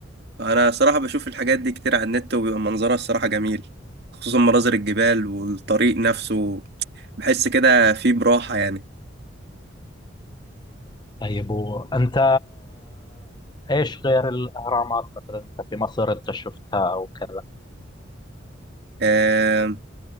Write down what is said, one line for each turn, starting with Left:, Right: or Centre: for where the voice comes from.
Right: انا صراحة بشوف الحاجات دي كتير على النت وبيبقى منظرها الصراحة جميل خصوصا مناظر الجبال والطريق نفسه بحس كده فيه براحة يعني
Left: طيب وأنت إيش غير الأهرامات مثلا أنت في مصر أنت شفتها أو كذا
Right: آه،